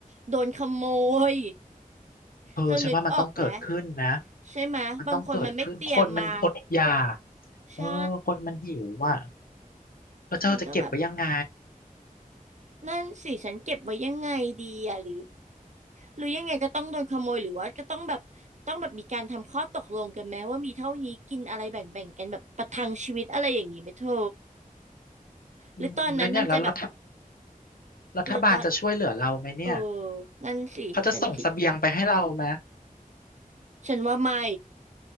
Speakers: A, on the right (about 55°); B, on the left (about 80°).
A: โดนขโมย
B: เออฉันว่ามันต้องเกิดขึ้นนะ
A: เธอนึกออกไหมใช่ไหมบางคนมันไม่เตรียมมา
B: มันต้องเกิดขึ้นคนมันอดอยากเออคนมันหิวอ่ะ
A: ใช่
B: แล้วเธอจะเก็บไว้ยังไง
A: ฉันก็แบบนั่นสิฉันเก็บไว้ยังไงดีอะหรือหรือยังไงก็ต้องโดนขโมยหรือว่าก็ต้องแบบต้องแบบมีการทำข้อตกลงกันไหมว่ามีเท่านี้กินอะไรแบ่งแบ่งกันแบบประทังชีวิตอะไรอย่างนี้ไหมเธอ
B: อืมแล้วเนี่ยแล้วรัฐ
A: หรือตอนนั้นมันจะแบบ
B: รัฐบาลจะช่วยเหลือเราไหมเนี่ย
A: หรือตอนเออนั่นสิฉันคิด
B: เขาจะส่งเสบียงไปให้เราไหม
A: ฉันว่าไม่